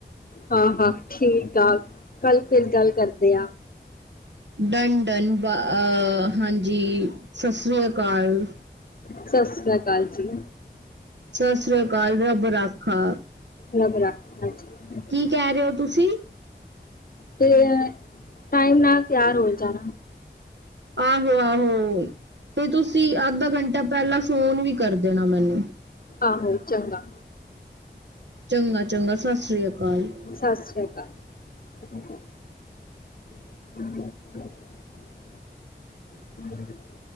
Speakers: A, on the left (about 55°); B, on the right (about 75°).
A: ਹਾਂ-ਹਾਂ, ਠੀਕ ਆ, ਕੱਲ ਫਿਰ ਗੱਲ ਕਰਦੇ ਆਂ।
B: ਡਨ ਡਨ ਬ ਅਹ ਹਾਂਜੀ ਸਤਿ ਸ੍ਰੀ ਅਕਾਲ।
A: ਸਤਿ ਸ੍ਰੀ ਅਕਾਲ ਜੀ
B: ਸਸ੍ਰੇ ਕਾਲ, ਰੱਬ ਰਾਖਾ।
A: ਰਬ ਰਾਖਾ ਅੱਛਾ
B: ਕੀ ਕਹਿ ਰਹੇ ਹੋ ਤੁਸੀਂ
A: ਤੇ ਟਾਈਮ ਨਾਲ ਤਿਆਰ ਹੋਣ ਜਾਣਾ।
B: ਆਹੋ ਆਹੋ ਤੇ ਤੁਸੀਂ ਅੱਧਾ ਘੰਟਾ ਪਹਿਲਾਂ ਫੋਨ ਵੀ ਕਰ ਦੇਣਾ ਮੈਨੂੰ
A: ਆਹੋ ਚੰਗਾ
B: ਚੰਗਾ ਚੰਗਾ ਸਤਿ ਸ੍ਰੀ ਅਕਾਲ
A: ਸਤਿ ਸ੍ਰੀ ਆਕਾਲ <inaudible> <inaudible> <inaudible>